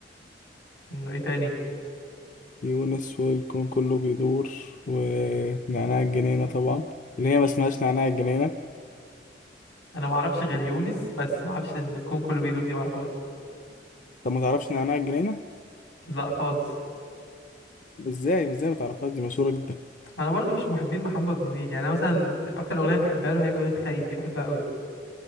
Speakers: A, on the left (about 85°); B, on the left (about 45°).
A: انه ايه تاني
B: يونس والكون كله بيدور ونعناع الجنينة طبعا اللي هي ما اسمهاش نعناع الجنينة
A: انا ما اعرفش غير يونس بس ما اعرفش ان الكون كله بيدور دي ما اعرفهاش
B: طب ما تعرفش نعناع الجنينة؟
A: لا خالص
B: ازاي ازاي ما تعرفهاش دي مشهورة جدا
A: انا برضو مش محبين محمد منير يعني انا مثلا اكتر اغنيه بحبها له هي اغنيه خايف دي بحبها قوي